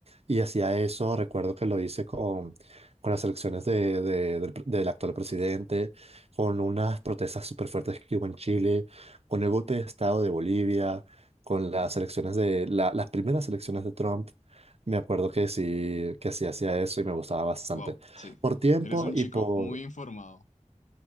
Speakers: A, on the right (about 55°); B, on the left (about 75°).
A: Y hacía eso, recuerdo que lo hice con, con las elecciones de, de- del, pre- del actual presidente, con unas protestas súper fuertes que hubo en Chile, con el golpe de Estado de Bolivia, con las elecciones de la- las primeras elecciones de Trump. Me acuerdo que sí, que sí hacía eso y me gustaba bastante.
B: wow, sí.
A: Por tiempo
B: Eres un
A: y
B: chico
A: por...
B: muy informado.